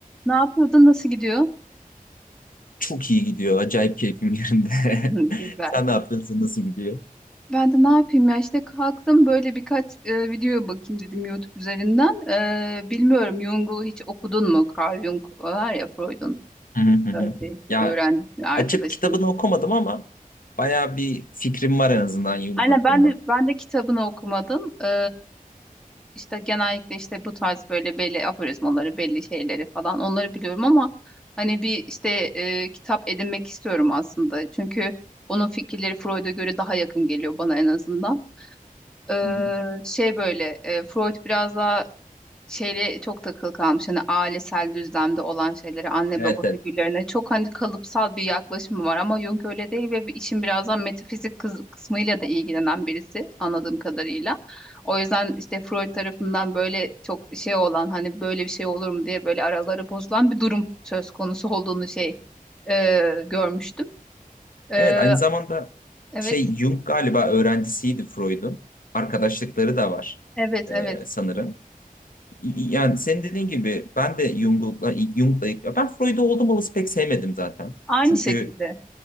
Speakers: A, in the centre; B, on the left (about 70°).
A: Ne yapıyordun? Nasıl gidiyor? <laughs>
B: Çok iyi gidiyor. Acayip keyfim yerinde.
A: Hı, Güzel.
B: <laughs> Sen ne yapıyorsun? Nasıl gidiyor?
A: Ben de ne yapayım ya işte kalktım böyle birkaç e, videoya bakayım dedim YouTube üzerinden. E, bilmiyorum Jung'u hiç okudun mu? Carl Jung var ya Freud'un
B: Hı hı hı hı.
A: e, şeysi,
B: Ya
A: öğrencisi, arkadaşının.
B: açıp kitabını okumadım ama bayağı bir fikrim var en azından Jung
A: Aynen
B: hakkında.
A: ben de ben de kitabını okumadım. E, işte genellikle işte bu tarz böyle belli aforizmaları, belli şeyleri falan onları biliyorum ama hani bir işte e, kitap edinmek istiyorum aslında. Çünkü onun fikirleri Freud'a göre daha yakın geliyor bana en azından. Ee,
B: Hı hı.
A: şey böyle e, Freud biraz daha şeyle çok takılı kalmış hani ailesel düzlemde olan şeylere anne
B: Evet,
A: baba figürlerine
B: evet.
A: çok hani kalıpsal bir yaklaşımı var ama Jung öyle değil ve bir işin birazdan metafizik kız- kısmıyla da ilgilenen birisi anladığım kadarıyla. O yüzden işte Freud tarafından böyle çok şey olan hani böyle bir şey olur mu diye böyle araları bozulan bir durum söz konusu olduğunu şey e, görmüştüm. Ee,
B: Evet, aynı zamanda
A: evet
B: şey Jung galiba öğrencisiydi Freud'un. Arkadaşlıkları da var
A: evet
B: e,
A: evet
B: sanırım. Y- Yani senin dediğin gibi ben de Jung'la Jung'la ya ben Freud'u oldum olası pek sevmedim zaten.
A: aynı
B: Çünkü
A: şekilde